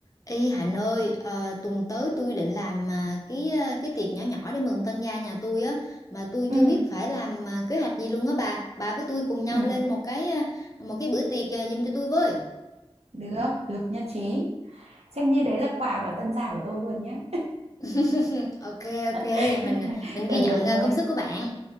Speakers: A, on the left; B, on the right.
A: Y Hạnh ơi, ờ, tuần tới tôi định làm à, cái à, cái tiệc nhỏ nhỏ để mừng tân gia nhà tôi á, mà tôi
B: Ừ,
A: chưa biết phải làm à, kế hoạch gì luôn á bà. Bà với tôi cùng nhau
B: ừ,
A: lên một cái à, một cái bữa tiệc à, giùm cho tôi với.
B: được, được nhất trí. Xem như đấy là quà ở tân gia của tôi luôn nhé.
A: <laughs> Ok ok,
B: <laughs>
A: mình mình ghi
B: Tôi
A: nhận
B: đùa thôi.
A: à, công sức của bạn.